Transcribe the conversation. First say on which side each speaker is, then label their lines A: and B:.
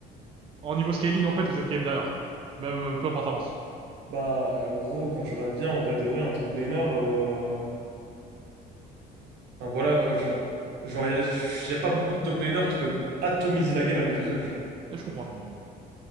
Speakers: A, on the right; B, on the right.
A: en niveau scaling, en fait, vous êtes quand même derrière. Même euh, peu importe l'avance.
B: Bah, gros, quand tu regardes bien, en vrai de vrai, un top laner, euh, enfin, voilà quoi, tu vois. Genre, il n'y a, y a pas beaucoup de top laners qui peuvent atomiser la game à lui tout seul, tu vois.
A: Et je comprends, je comprends, ouais.